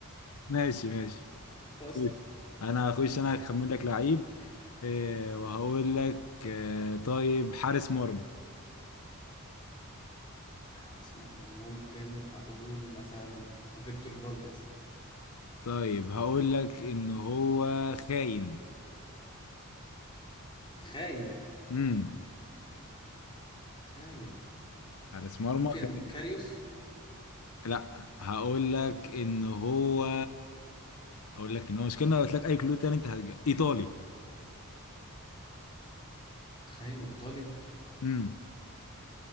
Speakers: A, on the left; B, on the left.
A: ماشي ماشي
B: خش
A: خش انا هخش انا هخمن لك لعيب آه وهقول لك آه طيب حارس مرمى
B: حارس مرمى ممكن اقول مثلا فيكتور فالديز
A: طيب هقول لك ان هو خاين
B: خاين
A: امم
B: خاين
A: حارس مرمى
B: ممكن
A: خاين
B: كاريوس
A: لا هقول لك ان هو هقول لك ان هو مش كده لو قلت لك اي كلو تاني انت هتجيب ايطالي
B: خاين وايطالي
A: امم